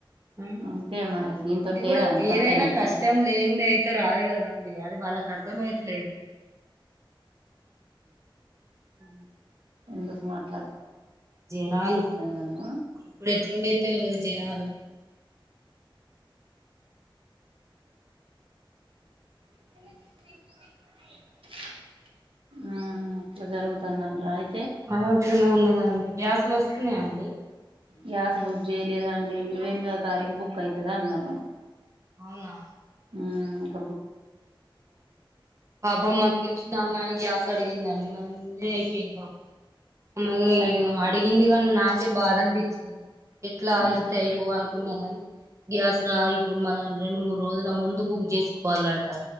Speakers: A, on the right; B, on the right.
A: ఆ
B: అంతే మరి దీనితోటి
A: ఇది
B: లేదా
A: కూడా
B: అండి తలకాయ
A: ఏదైనా
B: నొప్పి
A: కష్టం లేని దయితే రాదు కదా అండి అది వాళ్ళ అర్ధంమయట్లేదు <inaudible>
B: ఎందుకు మాట్
A: జనాలు
B: కాదు
A: ఇప్పుడు ఎట్లుండేో తెలియదు జనాలు
B: <inaudible> హ్మ్ ఇట్లా జరుగుతుందంన్ ట్రాయ్
A: ఆ దల్ ర్ట్ గనే ఉండదండి గ్యాసులు వస్తున్నాయా అండి
B: గ్యాస్ బుక్ చేయలేదండి ఇరవై ఎనిమిదో తారీఖు బుక్ అయితది అన్నారు
A: అవునా
B: ఆ
A: పాబమ్ మాకు తెలిసిన ఆమె గ్యాస్ అడిగిందండి మాది నిన్నే అయిపోయిం మరి
B: అయి
A: ఇగ అడిగిందిగాన్ నా కే బాధ అన్ పి ఎట్లా
B: మ్మ్
A: ఇస్తే అయిపోవ్ అనుకున్నా గాని గ్యాస్ ల ఇప్పుడు మనం రెండు మూడు రోజుల ముందు బుక్ చేస్ కోలంట